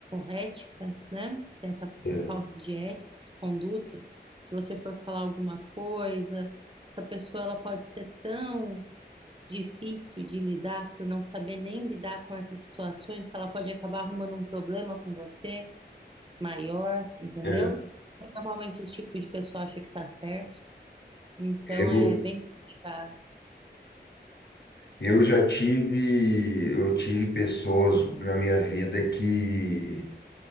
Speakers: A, on the right (about 30°); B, on the left (about 75°).
A: ética, né? Tem essa
B: é,
A: falta de ética, de conduta. Se você for falar alguma coisa, essa pessoa ela pode ser tão difícil de lidar por não saber nem lidar com essas situações que ela pode acabar arrumando um problema com você. maior, entendeu?
B: é,
A: Normalmente esse tipo de pessoa acha que tá certo, então
B: eu,
A: é bem complicado.
B: eu já tive, eu tive pessoas na minha vida que,